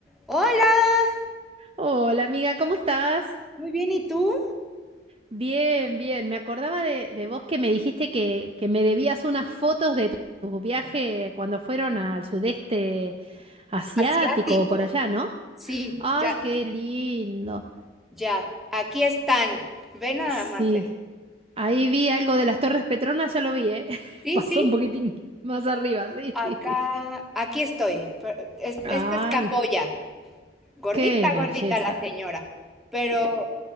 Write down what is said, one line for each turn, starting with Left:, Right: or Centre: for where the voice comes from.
Centre: Hola,
Right: Hola amiga, ¿cómo estás?
Centre: muy bien, ¿y tú?
Right: Bien, bien. Me acordaba de, de vos que me dijiste que, que me debías unas fotos de tu, tu viaje cuando fueron al sudeste asiático
Centre: Asiático.
Right: o por allá, ¿no?
Centre: Sí,
Right: Ay,
Centre: ya,
Right: qué lindo.
Centre: ya. Aquí están. Ve nada
Right: Sí,
Centre: más. eh.
Right: ahí vi algo de las Torres Petronas, ya lo vi, ¿eh? <laughs>
Centre: Sí,
Right: Pasó
Centre: sí.
Right: un poquitín más arriba, sí.
Centre: Acá, aquí estoy. Pero es-
Right: <laughs>
Centre: Esta
Right: Ay,
Centre: es Camboya. Gordita,
Right: qué belleza.
Centre: gordita la señora. Pero